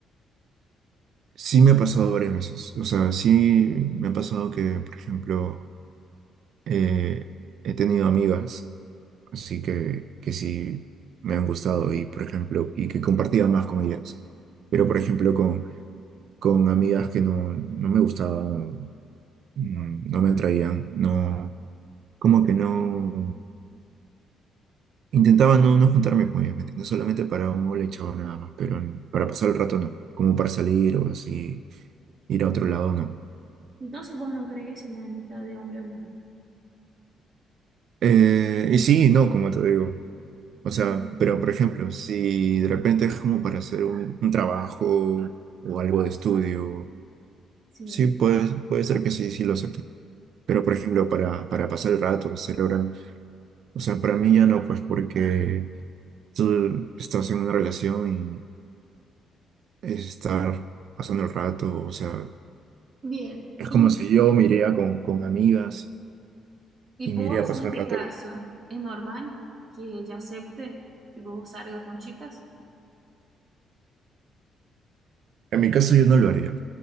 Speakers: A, on the right; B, on the right.
A: Sí me ha pasado varias veces. O sea, sí me ha pasado que, por ejemplo, eh, he tenido amigas, así que, que sí me han gustado y, por ejemplo, y que compartía más con ellas. Pero,
B: Ujú.
A: por ejemplo, con, con amigas que no, no me gustaban, mm, no me atraían, no, como que no, intentaba no, no juntarme con ellas, ¿me entiendes? Solamente para un hola y chao nada más, pero para pasar el rato no, como para salir o así, ir a otro lado no.
B: Entonces vos no crees en la amistad de hombre y mujer.
A: Eh, y sí, no, como te digo. O sea,
B: Mm,
A: pero por ejemplo, si de repente es como para hacer un, un trabajo o algo de estudio,
B: sí.
A: sí, puede, puede ser que sí, sí lo acepten. Pero por ejemplo, para, para pasar el rato, celebrar, o sea, para mí ya no, pues porque tú estás en una relación y es estar pasando el rato, o sea,
B: Bien.
A: es como
B: ¿Y,
A: si yo me iría con, con amigas
B: y
A: y
B: vos
A: me iría a pasar
B: en este
A: el rato.
B: caso
A: con-
B: es normal que ella acepte que vos salgas con chicas?
A: En mi caso yo no lo haría,